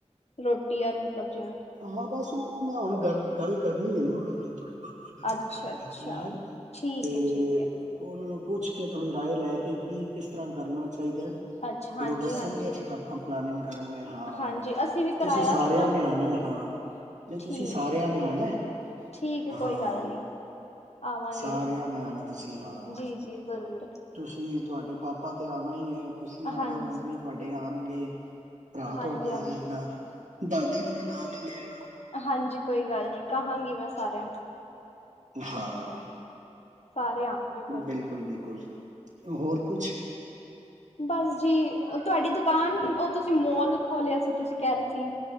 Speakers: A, on the left; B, on the right.
A: ਰੋਟੀ ਯਾਰ ਮਤਲਬ ਜਿਵੇਂ
B: ਹਾਂ ਬਸ ਉਹ ਮੈਂ ਹੁਣ ਗੱਲ ਕਰਨੀ ਏ ਨਾ ਉਹਨਾਂ ਨਾਲ ਤੁਹਾਡੇ ਪਾਪ <unintelligible>
A: ਅੱਛਾ
B: ਗੱਲ
A: ਅੱਛਾ
B: ਕਰਨੀ ਏ
A: ਠੀਕ
B: ਤੇ
A: ਹੈ ਠੀਕ ਹੈ
B: ਉਹ ਉਹਨਾਂ ਨੂੰ ਪੁੱਛ ਕੇ ਥੋੜੀ ਰਾਏ ਲੈ ਕੇ ਕੀ ਕਿਸ ਤਰ੍ਹਾਂ ਕਰਨਾ ਚਾਹੀਦਾ ਏ
A: ਅੱਛਾ ਹਾਂਜੀ
B: ਫਿਰ ਉਹ ਦੱਸਣਗੇ
A: ਹਾਂਜੀ
B: ਫਿਰ ਆਪਾਂ ਪਲੈਨਿੰਗ ਕਰਾਂਗੇ ਹਾਂ
A: ਹਾਂਜੀ ਅਸੀਂ ਵੀ
B: ਤੇ ਤੁਸੀਂ
A: ਕਰਾਇਆ
B: ਸਾਰਿਆਂ
A: ਸੀ ਨਾ
B: ਨੇ ਆਣੇ ਹਾਂ ਨਹੀਂ ਤੁਸੀਂ
A: ਠੀਕ
B: ਸਾਰਿਆਂ
A: ਹੈ
B: ਨੇ ਆਣੇ
A: ਠੀਕ ਹੈ
B: ਹਾਂ।
A: ਕੋਈ ਗੱਲ ਨਹੀਂ ਆਵਾਂਗੇ
B: ਸਾਰਿਆਂ ਨੇ ਆਣਾ ਤੁਸੀਂ ਹਾਂ।
A: ਜੀ ਜ਼ਰੂਰ
B: ਤੁਸੀਂ ਤੁਹਾਡੇ ਪਾਪਾ ਤੇ ਆਣਾ ਹੀ ਏ ਤੁਸੀਂ ਆਣਾ
A: ਹਾਂਜੀ
B: ਮੰਮੀ ਤੁਹਾਡੇ ਆਣਗੇ ਭਰਾ
A: ਹਾਂਜੀ
B: ਤੁਹਾਡਾ ਆ
A: ਹਾਂਜੀ
B: ਜਾਏਗਾ ਦਾਦੀ ਨੂੰ ਵੀ ਨਾਲ ਨੀ ਲਿਆਣਾ
A: ਹਾਂਜੀ ਕੋਈ ਗੱਲ ਨਹੀਂ ਕਹਾਂਗੀ ਮੈਂ ਸਾਰਿਆਂ ਨੂੰ ਹੀ
B: ਹਾਂ
A: ਸਾਰੇ ਆਉਣਗੇ ਕੋਈ
B: ਬਿਲਕੁਲ
A: ਨਾ
B: ਬਿਲਕੁਲ ਹੋਰ ਕੁਛ
A: ਬਸ ਜੀ ਤੁਹਾਡੀ ਦੁਕਾਨ ਉਹ ਤੁਸੀਂ ਮੋਲ ਖੋਲਿਆ ਸੀ ਤੁਸੀਂ ਕਹਿ ਰਹੇ ਸੀ।